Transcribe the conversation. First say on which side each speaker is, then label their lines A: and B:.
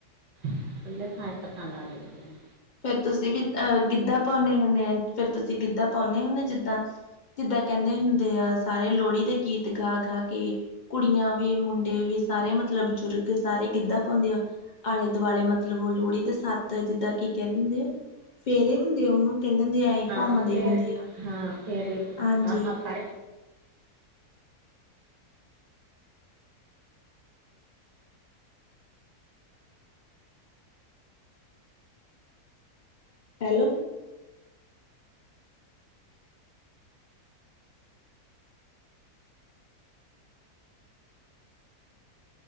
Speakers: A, on the right; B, on the left.
A: ਖੁੱਲ੍ਹੇ ਥਾਂ, ਇੱਕ ਥਾਂ ਲਾ ਲੈਂਦੇ ਨੇ।
B: ਫੇਰ ਤੁਸੀਂ ਵੀ ਅ ਗਿੱਧਾ ਪਾਉਂਨੇ ਹੁੰਨੇ ਆ। ਫੇਰ ਤੁਸੀਂ ਗਿੱਧਾ ਪਾਉਂਨੇ ਹੁੰਨੇ ਜਿੱਦਾਂ ਜਿੱਦਾਂ ਕਹਿੰਦੇ ਹੁੰਦੇ ਆ, ਸਾਰੇ ਲੋਹੜੀ ਦੇ ਗੀਤ ਗਾ-ਗਾ ਕੇ ਕੁੜੀਆਂ ਵੀ, ਮੁੰਡੇ ਵੀ, ਸਾਰੇ ਮਤਲਬ ਬਜ਼ੁਰਗ, ਸਾਰੇ ਗਿੱਧਾ ਪਾਉਂਦੇ ਆ। ਆਲੇ-ਦੁਵਾਲੇ ਮਤਲਬ ਉਹ ਲੋਹੜੀ ਦੇ ਸੱਤ ਜਿੱਦਾਂ ਕਿ ਕਹਿੰਦੇ ਹੁੰਦੇ, ਫੇਰੇ ਹੁੰਦੇ ਉਹਨੂੰ ਕਹਿੰਦੇ ਮੇ ਆ
A: ਹਾਂ
B: ਘੁੰਮਦੇ
A: ਫਿਰ,
B: ਹੁੰਦੇ ਆ
A: ਹਾਂ ਫਿਰ
B: ਹਾਂਜੀ
A: ਬਾਂਹ ਫੜ
B: ਹੈਲੋ।